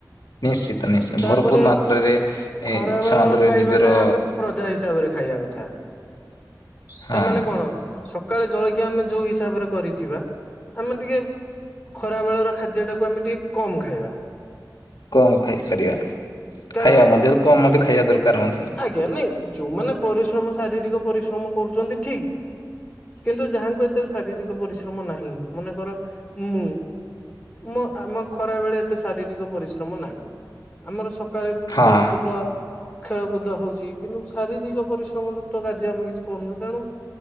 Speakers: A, on the left (about 65°); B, on the left (about 15°).
A: ନିଶ୍ଚିତ ନିଶ୍ଚିତ
B: ତାପରେ
A: ଭରପୁର ମାତ୍ରାରେ
B: ଖରା
A: ଇଚ୍ଛା
B: ବେଳ
A: ଧରେ
B: ଖାଇବା
A: ନିଜର
B: ଟା ଆମେ ପ୍ରଜା ହିସାବରେ ଖାଇବା କଥା
A: ହଁ
B: ତାମାନେ କଣ ସକାଳେ ଜଳଖିଆ ଆମେ ଯୋଉ ହିସାବରେ କରିଥିବା ଆମେ ଟିକେ ଖରା ବେଳର ଖାଦ୍ୟଟାକୁ ଆମେ ଟିକେ କମ ଖାଇବା।
A: କମ ଖାଇପାରିବା
B: କାରଣ
A: ଖାଇବା ମଧ୍ୟ କମ ମଧ୍ୟ ଖାଇବା ଦରକାର ମଧ୍ୟ।
B: ଆଜ୍ଞା ନାଇଁ ଯୋଉମାନେ ପରିଶ୍ରମ ଶାରୀରିକ ପରିଶ୍ରମ କରୁଛନ୍ତି ଠିକ। କିନ୍ତୁ ଯାହାଙ୍କୁ ଏତେ ଶାରୀରିକ ପରିଶ୍ରମ ନାହିଁ ମନେକର ମୁଁ ମୋ ଆମ ଖରା ବେଳେ ଏତେ ଶାରୀରିକ ପରିଶ୍ରମ ନାହିଁ। ଆମର ସକାଳେ ମୁଁ
A: ହଁ
B: ଖେଳକୁଦ ଖେଳକୁଦ ହଉଛି କିନ୍ତୁ ଶାରୀରିକ ପରିଶ୍ରମ ଯୁକ୍ତ କାର୍ଯ୍ୟ ଆମେ କିଛି କରୁନୁ ତେଣୁ